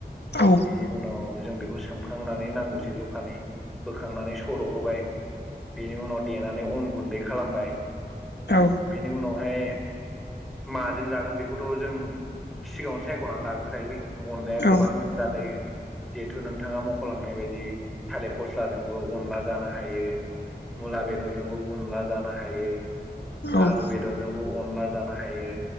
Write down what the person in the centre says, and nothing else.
बेनि उनाव जों बेखौ सोमखांनानै नांगौसो जखानि बोखांनानै सर' होबाय बेनि उनाव देनानै उन गुन्दै खालामबाय,
बेनि उनावहाय माजों जागोन बेखौथ' जों सिगाङावनो सायख'नानै लाग्रोखायो अनलाया
गोबां जाजायो। जिहेथु नोंथाङा मख'लांनाय बायदि थालिर फस्लाजोंबो अनला जानो हायो। मुला बेदरजोंबो गनला जानो हायो।
आलु बेदरजोंबो अनला जानो हायो